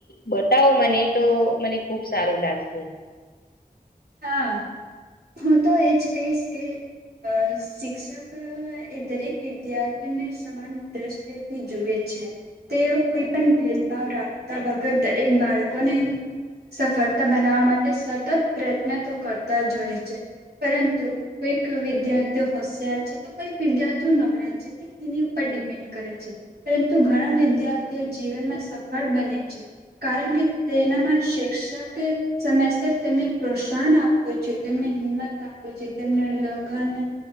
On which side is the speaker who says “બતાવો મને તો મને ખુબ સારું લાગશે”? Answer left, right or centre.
Left